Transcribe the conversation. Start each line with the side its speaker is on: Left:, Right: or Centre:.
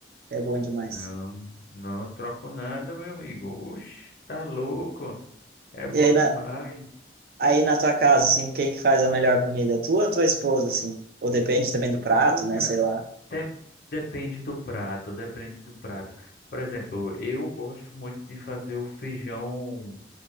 Right: É bom demais.
Left: não, não troco nada, meu amigo. Oxe, tá louco? É bom
Right: E aí
Left: demais.
Right: na, aí na tua casa, assim, quem que faz a melhor comida? Tu ou tua esposa, assim? Ou depende também do prato,
Left: Pô, cara,
Right: né? Sei lá.
Left: de- depende do prato, depende do prato. Por exemplo, eu gosto muito de fazer o feijão,